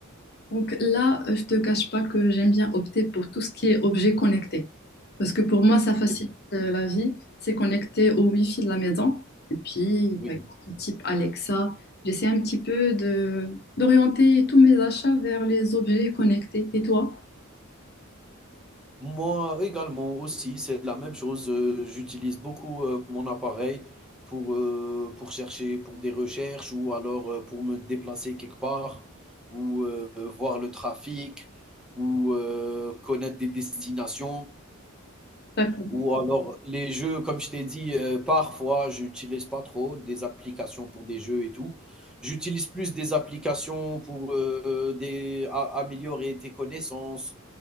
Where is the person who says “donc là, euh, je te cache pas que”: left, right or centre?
Left